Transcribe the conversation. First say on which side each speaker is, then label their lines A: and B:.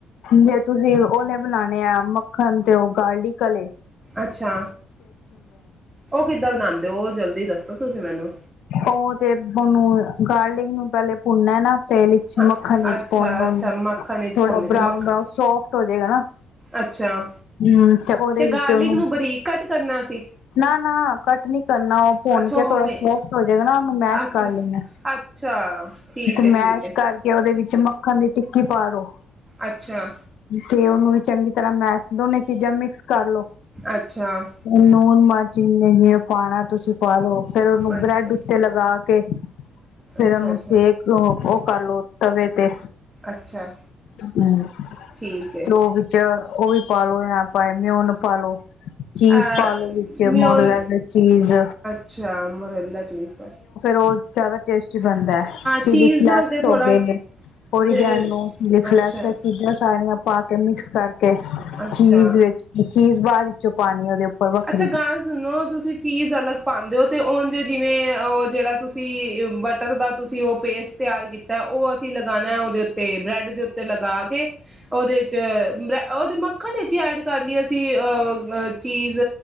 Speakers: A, on the left; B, on the right.
A: ਜੇ ਤੁਸੀਂ ਉਹ ਲੇ ਬਣਾਉਣੇ ਆ ਮ <inaudible> ਹੰਡੀ ਕਲੇ
B: ਅੱਛਾ! ਉਹ ਕਿੱਦਾਂ ਬਣਾਉਂਦੇ ਓ, ਉਹ ਜਲਦੀ ਦੱਸੋ ਤੁਸੀਂ ਮੈਨੂੰ
A: ਉਹ ਤੇ ਉਹਨੂੰ ਗਾਰਲਿੰਗ ਨੂੰ ਪਹਿਲੇ ਭੁੰਨਨਾ ਨਾ ਤੇਲ ਵਿੱਚ
B: ਹਾਂ,
A: ਮੱਖਣ ਚ
B: ਅੱਛਾ
A: ਪਾਉਣਾ
B: ਅੱਛਾ
A: ਉਹਨੂੰ
B: ਮੱਖਣ ਵਿੱਚ
A: ਥੋੜ੍ਹਾ
B: ਭੁੰਨ
A: ਬਰਾਨ
B: ਕੇ ਮੱਖਣ
A: ਬਰਾਊਨ ਸੋਫਟ ਹੋਜੇਗਾ ਨਾ
B: ਅੱਛਾ
A: ਹਮ ਤੇ ਉਹਦੇ ਵਿੱਚ
B: ਗਾਰਲਿਕ
A: ਉਹਨੂੰ
B: ਨੂੰ ਬਰੀਕ ਕੱਟ ਕਰਨਾ ਸੀ
A: ਨਾ, ਨਾ, ਕੱਟ ਨੀ ਕਰਨਾ ਉਹ ਭੁੰਨ
B: ਅੱਛਾ
A: ਕੇ ਥੋੜਾ
B: ਉਵੇਂ
A: ਸੋਫਟ ਹੋ ਜਾਏਗਾ ਨਾ ਉਹਨੂੰ ਮੈਸ਼
B: ਅੱਛਾ
A: ਕਰ ਲੈਣਾ
B: ਅੱਛਾ ਠੀਕ
A: ਤੇ ਮੈਸ਼
B: ਹੈ ਠੀਕ ਹੈ
A: ਕਰਕੇ ਉਹਦੇ ਵਿੱਚ ਮੱਖਣ ਦੀ ਟਿੱਕੀ ਪਾ ਦਿਉ
B: ਅੱਛਾ
A: ਤੇ ਉਹਨੂੰ ਵੀ ਚੰਗੀ ਤਰ੍ਹਾਂ ਮੈਸ ਦੋਨੇ ਚੀਜ਼ਾਂ ਮਿਕਸ ਕਰਲੋ
B: ਅੱਛਾ
A: ਲੂਣ ਮਰਚੀ ਨਹੀਂ ਨਹੀਂ ਉਹ ਪਾਉਣਾ ਤੁਸੀਂ ਪਾ ਲਉ ਫੇਰ ਉਹਨੂੰ
B: ਅੱਛਾ,
A: ਬ੍ਰੈਡ ਉੱਤੇ ਲਗਾ ਕੇ ਕੇ ਫੇਰ
B: ਅੱਛਾ,
A: ਉਹਨੂੰ
B: ਅੱਛਾ,
A: ਸੇਕ ਲਉ ਉਹ ਕਰ ਲਓ, ਤਵੇ ਤੇ,
B: ਅੱਛਾ
A: ਸਲੋ
B: ਠੀਕ ਹੈ।
A: ਵਿੱਚ ਉਹ ਵੀ ਪਾ ਲੋ ਐ ਪਾਏ ਮਿਓਹਨ ਪਾ ਲੋ ਚੀਜ਼
B: ਅ
A: ਪਾ ਲੋ ਵਿੱਚ
B: ਮਿਓਨ
A: ਮੋਰਲਾਜ ਚੀਜ਼
B: ਅੱਛਾ, ਮੋਰਲਾ ਚੀਜ਼ ਹੈ।
A: ਬਹੁਤ ਜ਼ਿਆਦਾ ਟੇਸਟੀ ੳ ਬਣਦਾ, ਚਿਲੀ
B: ਚੀਜ਼
A: ਫਲੈਕਸ,
B: ਨਾਲ ਤੇ
A: ਹੋ
B: ਥੋੜਾ
A: ਗਏ ਓਰੀਗੈਨੋ,
B: ਤੇ-
A: ਚਿਲੀ ਫਲੈਕਸ,
B: ਅੱਛਾ,
A: ਇਹ ਚੀਜ਼ਾਂ ਸਾਰੀਆਂ ਪਾ ਕੇ ਮਿਕਸ ਕਰਕੇ
B: ਅੱਛਾ,
A: ਚੀਜ਼ ਵਿੱਚ ਚੀਜ਼ ਬਾਅਦ ਵਿੱਚੋਂ ਪਾਣੀ ਉਹਦੇ ਉੱਪਰ ਵੱਖਰੀ
B: ਅੱਛਾ ਗੱਲ ਸੁਣੋ ਤੁਸੀਂ ਚੀਜ਼ ਅਲੱਗ ਪਾਉਂਦੇ ਹੋ? ਤੇ ਉਝ ਜਿਵੇਂ ਉਹ ਜਿਹੜਾ ਤੁਸੀਂ ਬਟਰ ਦਾ ਤੁਸੀਂ ਉਹ ਪੇਸਟ ਤਿਆਰ ਕੀਤਾ ਉਹ ਅਸੀਂ ਲਗਾਣਾ ਉਹਦੇ ਉੱਤੇ ਬ੍ਰੈਡ ਦੇ ਉੱਤੇ ਲਗਾ ਕੇ ਉਹਦੇ ਚ ਉਹਦੇ ਮੱਕਣ ਵਿੱਚ ਹੀ ਐਡ ਕਰਨੀ ਅਸੀਂ ਆ ਚੀਜ਼